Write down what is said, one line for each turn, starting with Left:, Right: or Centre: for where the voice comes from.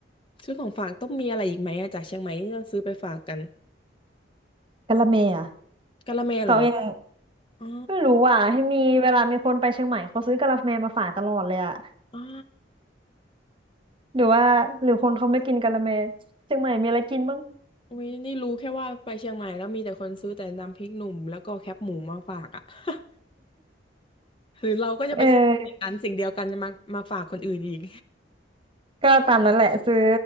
Left: ซื้อของฝากต้องมีอะไรอีกไหมอะจากเชียงใหม่ที่เราซื้อไปฝากกัน
Right: กะละแมอ่ะ
Left: กะละแมเหรอ
Right: เขายัง
Left: อ๋อ
Right: ไม่รู้อ่ะให้มีเวลามีคนไปเชียงใหม่เขาซื้อกะละแมมาฝากตลอดเลยอ่ะ
Left: อ่า
Right: หรือว่าหรือคนเขาไม่กินกะละแมเชียงใหม่มีอะไรกินบ้าง
Left: อุ้ยนี่รู้แค่ว่าไปเชียงใหม่แล้วมีแต่คนซื้อแต่น้ำพริกหนุ่มแล้วก็แคปหมูมาฝากอะ <laughs> หรือเราก็จะไปซื้ออันสิ่งเดียวกันจะมามาฝากคนอื่นอีก
Right: เออก็ตามนั้นแหละซื้อ